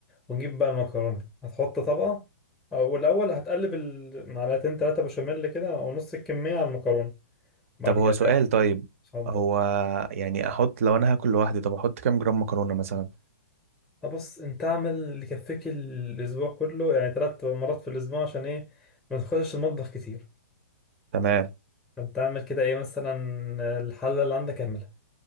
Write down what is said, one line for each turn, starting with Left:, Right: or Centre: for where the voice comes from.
Centre: ونجيب بقى المكرونة هتحط طبقة والأول هتقلب المعلقتين تلاتة بشاميل كده أو نص الكمية على المكرونة بعد
Right: طب هو
Centre: كده
Right: سؤال
Centre: تعمل
Right: طيب
Centre: اتفضل
Right: هو يعني احط لو انا هاكل لوحدي طب احط كام جرام مكرونة مثلا
Centre: بص انت اعمل اللي يكفيك الأسبوع كله يعني تلات مرات في الأسبوع عشان ايه ما تخشش المطبخ كتير
Right: تمام
Centre: طب تعمل كده ايه مثلا الحلة اللي عندك اعملها